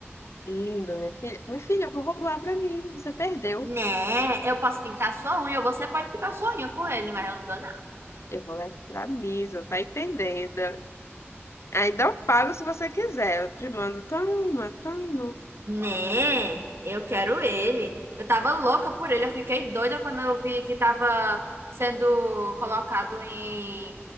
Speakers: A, on the left; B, on the right.
A: Linda, minha filha. Minha filha, eu vou roubar pra mim. Você perdeu.
B: Né? Eu posso pintar sua unha, ou você pode pintar sua unha com ele, mas eu não dou nada.
A: Eu vou levar pra missa, tá entendendo? Ainda eu pago se você quiser. Eu te mando, toma, toma.
B: Né? Eu quero ele. Eu tava louca por ele. Eu fiquei doida quando eu vi que tava sendo colocado em